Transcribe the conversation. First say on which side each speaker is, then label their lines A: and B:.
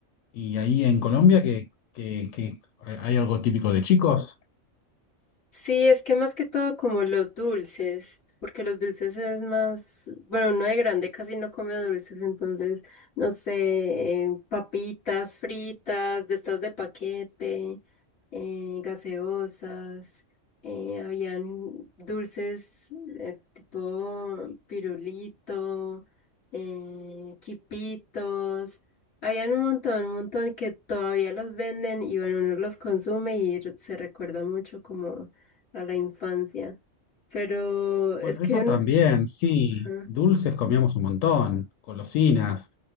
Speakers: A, on the left (about 85°); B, on the left (about 55°).
A: Y ahí en Colombia, que, que, que hay algo típico de chicos.
B: Sí, es que más que todo como los dulces, porque los dulces es más, bueno, uno de grande casi no come dulces, entonces, no sé, eh, papitas fritas, de estas de paquete, eh, gaseosas, eh, habían dulces eh, tipo pirulito, eh, quipitos. Habían un montón, un montón que todavía los venden y bueno, uno los consume y r- se recuerda mucho como a la infancia. Pero es
A: Bueno,
B: que
A: eso
B: no.
A: también, sí,
B: Ajá.
A: dulces comíamos un montón, golosinas,